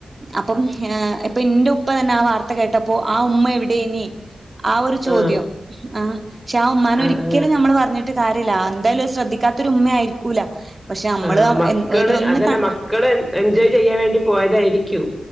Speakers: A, on the right (about 35°); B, in the centre.
A: അപ്പം ഇന്റെ ഉപ്പ തന്നെ ആ വാർത്തകേട്ടപ്പോ ആ ഉമ്മ ടെനി ആ ഒരു ചോദ്യം
B: ആഹ്
A: ആ ഷാ ഉമ്മാന
B: ആഹ്
A: ഒരിക്കലും
B: ആഹ്
A: നമ്മള് പറഞ്ഞിട്ട് കാര്യല്ല എന്താലും ശ്രദ്ധിക്കാത്തൊരു ഉമ്മ ആയിരിക്കൂല പക്ഷെ നമ്മള്
B: ആ മക്കള്
A: ഒന്ന്
B: അതന്നെ മക്കള് എൻജോയ് ചെയ്യാൻ വേണ്ടി പോയതാരിക്കും